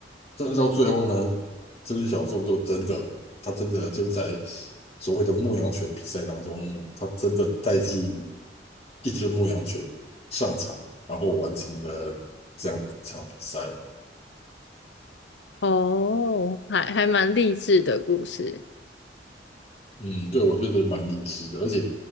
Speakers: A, on the left; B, on the left.
A: 但是到最后呢，这只小猪就真的，它真的就在所谓的牧羊犬比赛当中，它真的代替一只牧羊犬上场，然后完成了这样的一场比赛。
B: 哦，还还蛮励志的故事，
A: 嗯，对，我觉得蛮励志的，而且